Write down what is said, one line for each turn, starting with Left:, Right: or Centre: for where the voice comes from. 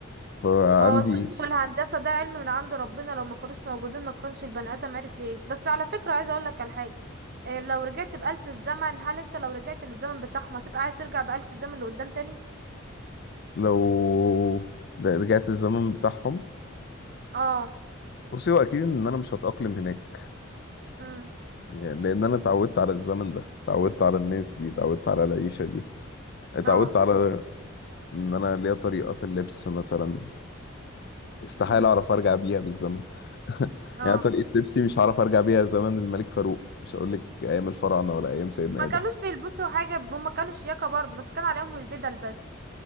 Left: فعندي
Right: ما هو الطب والهندسة ده علم من عند ربنا لو ما كانوش موجودين ما كانش البني آدم عرف يعيش بس على فكرة عايزة اقولك على حاجة إيه، لو رجعت بآلة الزمن هل انت لو رجعت للزمن بتاعهم هتبقى عايز ترجع بآلة الزمن لقدام تاني
Left: لو رجعت الزمن بتاعهم
Right: اه
Left: بصي هو اكيد ان انا مش هتاقلم هناك
Right: امم
Left: يعني لان انا اتعودت على الزمن ده اتعودت على الناس دي اتعودت على العيشه دي اتعودت
Right: اه
Left: على ان انا ليا طريقه في اللبس مثلا استحاله
Right: امم
Left: اعرف ارجع بيها بالزمن <laughs>
Right: اه
Left: يعني طريقه لبسي مش هعرف ارجع بيها زمن الملك فاروق مش هقول لك ايام الفراعنه ولا ايام سيدنا
Right: ما
Left: ادم
Right: كانوش بيلبسوا حاجة هم كانوا شياكة برضو بس كان عليهم البدل بس